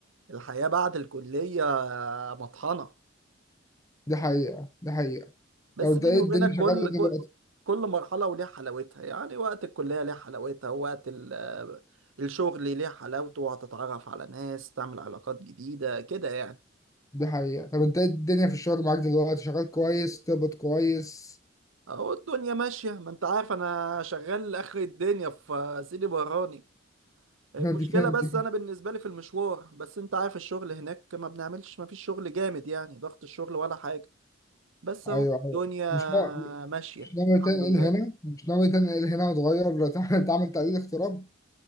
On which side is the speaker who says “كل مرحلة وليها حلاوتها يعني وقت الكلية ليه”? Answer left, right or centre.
Right